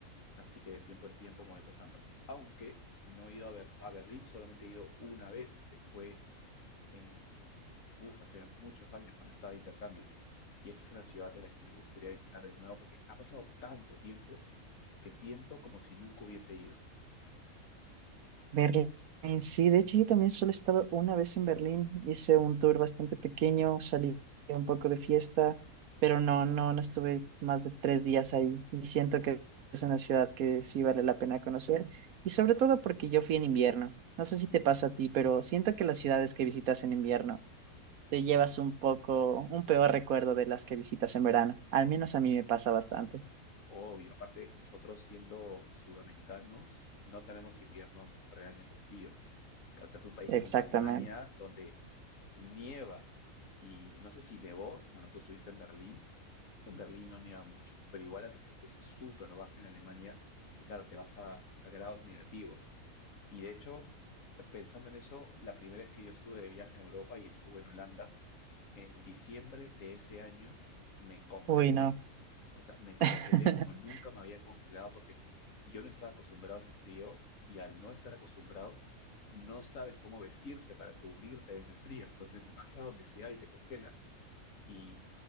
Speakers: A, on the left; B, on the right.
A: así que de tiempo en tiempo me voy pasando. Aunque no he ido a, Ber- a Berlín, solamente he ido una vez, que fue en, uf, hace muchos años cuando estaba de intercambio. Y esta es una ciudad de la que me gustaría visitar de nuevo porque ha pasado tanto tiempo que siento como si nunca hubiese ido.
B: Berlín, sí, de hecho yo también solo he estado una vez en Berlín, hice un tour bastante pequeño, salí un poco de fiesta, pero no, no, no estuve más de tres días ahí y siento que es una ciudad que sí vale la pena conocer y sobre todo porque yo fui en invierno. No sé si te pasa a ti, pero siento que las ciudades que visitas en invierno te llevas un poco, un peor recuerdo de las que visitas en verano. Al menos
A: O-
B: a mí me pasa bastante.
A: Obvio, aparte nosotros siendo sudamericanos no tenemos inviernos realmente fríos. Claro, es un país como
B: Exactamente.
A: Alemania donde Nieva. Y no sé si nevó, bueno, tú estuviste en Berlín. Creo que en Berlín no nieva mucho, pero igual la temperatura es súper baja en Alemania y claro, te vas a, a grados negativos. Y de hecho, pensando en eso, la primera vez que yo estuve de viaje en Europa y estuve en Holanda, en diciembre de ese año me congelé.
B: Uy, no.
A: O sea, me congelé
B: <laughs>
A: como nunca me había congelado porque yo no estaba acostumbrado a ese frío y al no estar acostumbrado no sabes cómo vestirte para cubrirte de ese frío, entonces vas a donde sea y te congelas. Y